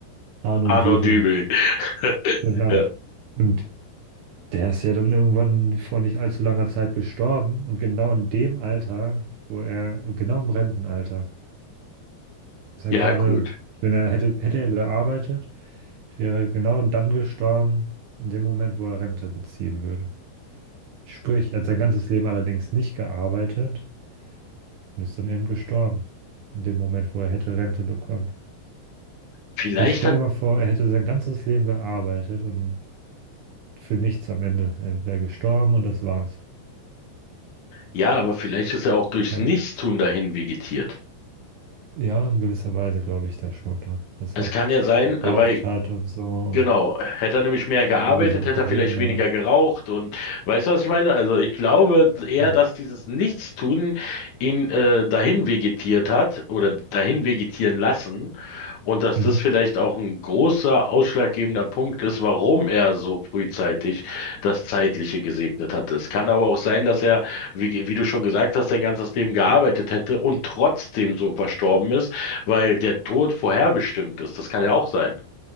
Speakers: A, on the right; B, on the left.
A: Arno
B: Arno
A: Dübel.
B: Dübel. <laughs>
A: Genau.
B: Ja,
A: Und der ist ja dann irgendwann vor nicht allzu langer Zeit gestorben. Und genau in dem Alter, wo er, genau im Rentenalter, Ist er
B: ja,
A: gerade,
B: gut.
A: wenn er hätte, hätte er gearbeitet, wäre er genau dann gestorben, in dem Moment, wo er Rente beziehen würde. Sprich, er hat sein ganzes Leben allerdings nicht gearbeitet und ist dann eben gestorben, in dem Moment, wo er hätte Rente bekommen.
B: Vielleicht
A: Jetzt stell
B: hat
A: dir mal vor, er hätte sein ganzes Leben gearbeitet und für nichts am Ende. Er wäre gestorben und das war's.
B: Ja, aber vielleicht ist er auch durchs
A: Ein,
B: Nichtstun dahin vegetiert.
A: ja, in gewisser Weise glaube ich da schon dran, dass
B: Es
A: er auch
B: kann
A: zu
B: ja sein,
A: viel geraucht
B: äh, weil
A: hat und so und
B: Genau, hätte er nämlich mehr gearbeitet,
A: ungesund
B: hätte
A: gelebt
B: er vielleicht weniger
A: hat.
B: geraucht und weißt du, was ich meine? Also ich glaube
A: Ja, klar.
B: eher, dass dieses Nichtstun ihn äh, dahin vegetiert hat oder dahin vegetieren lassen und dass
A: Mhm.
B: das vielleicht auch ein großer ausschlaggebender Punkt ist, warum er so frühzeitig das Zeitliche gesegnet hat. Es kann aber auch sein, dass er, wie, wie du schon gesagt hast, sein ganzes Leben gearbeitet hätte und trotzdem so verstorben ist, weil der Tod vorherbestimmt ist. Das kann ja auch sein.